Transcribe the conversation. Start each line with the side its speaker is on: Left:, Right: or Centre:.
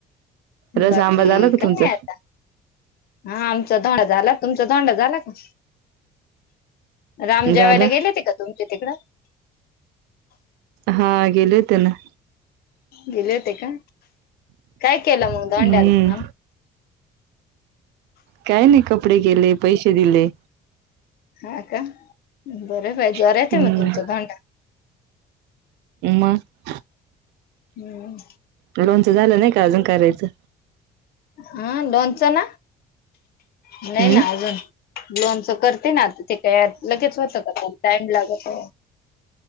Right: रस
Left: बाकी
Right: आंबा झाला का
Left: काय
Right: तुमचा
Left: आता हा आमचा दोंडा झाला तुमचा दोंडा झाला का राम
Right: झाला
Left: जेवायला गेले ते का तुमचे तिकडं
Right: हा गेले ते ना
Left: गेले होते का काय केलं मग
Right: हम्म
Left: दोंड्याला तुम्हाला
Right: काय नाही कपडे केले पैसे दिले
Left: हा का बर बाई जोरात
Right: हम्म
Left: येत मग तुमचा ोंडा
Right: मग
Left: हम्
Right: लोनचं झालं नाही का अजून करायचं
Left: हा लोनच ना नाही
Right: हम्म
Left: ना अजून लोनच करते ना ते का लगेच होतं काला टाइम लागत आहे